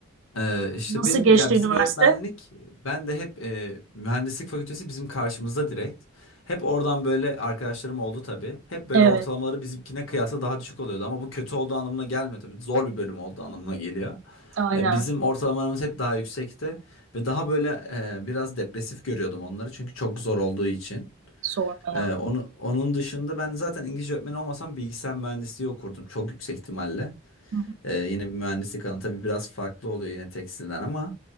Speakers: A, on the left; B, on the right.
A: Ee, işte
B: Nasıl
A: benim
B: geçti
A: ya bizim
B: üniversite?
A: öğretmenlik ben de hep e, mühendislik fakültesi bizim karşımızda direkt. Hep oradan böyle arkadaşlarım oldu tabii. Hep böyle
B: Evet,
A: ortalamaları bizimkine kıyasla daha düşük oluyordu ama bu kötü olduğu anlamına gelmiyor tabii. Zor bir bölüm olduğu anlamına geliyor.
B: aynen.
A: Ee, bizim ortalamalarımız hep daha yüksekti ve daha böyle e, biraz depresif görüyordum onları çünkü çok zor olduğu için.
B: Sormaya.
A: Ee, onu, onun dışında ben zaten İngilizce öğretmeni olmasam bilgisayar mühendisliği okurdum çok yüksek ihtimalle.
B: Hı hı.
A: Ee, yine bir mühendislik alanı. Tabii biraz farklı oluyor yine tekstilden ama